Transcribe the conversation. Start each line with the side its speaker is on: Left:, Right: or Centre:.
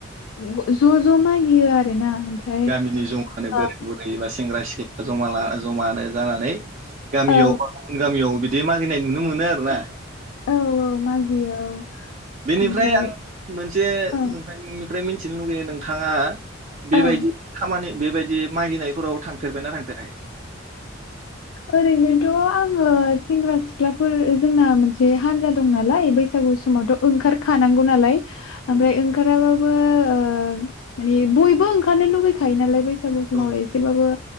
Left: <unintelligible> ज' मागियो आरोना। ओमफ्राय
Right: गामिनि ज' बोराय
Left: ओ
Right: बुरै बा सेंग्रा सि जमा लाना जमानो जानानै गामियावबा
Left: औ
Right: गुबुन गामियाव बिदि दे मागिनाय नुनो मोनो आरोना।
Left: औ औ मागियो औ।
Right: बेनिफ्राय
Left: ओमफ्राय
Right: आं मोनसे
Left: औ
Right: नोंथांनिफ्राय मिथिनो लुगैयो नों थांङा बेबायदि
Left: औ
Right: खामानि बेबायदि मागिनायफोराव थांफेरबायना थांफेराखै?
Left: ओरैनोथ' आङो सेंग्रा सिख्लाफोर जोंना मोनसे हानजा दं नालाय बैसागु समावथ' ओंखारखानांगौ नालाय। ओमफ्राय
Right: औ
Left: ओंखाराबा बो माने बयबो ओंखारनो लुबैखायो नालाय बैसागु समाव
Right: औ
Left: एसेबाबो